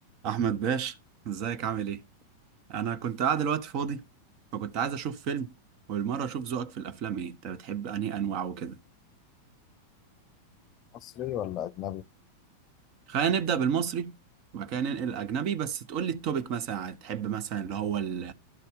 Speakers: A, on the right; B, on the left.
A: احمد باشا ازيك عامل ايه انا كنت قاعد دلوقتي فاضي فكنت عايز اشوف فيلم والمره اشوف ذوقك في الافلام ايه انت بتحب انهي انواع وكده
B: مصري ولا أجنبي؟
A: خلينا نبدا بالمصري وبعد كده ننقل الاجنبي بس تقول لي التوبيك مثلا يعني تحب مثلا اللي هو ال-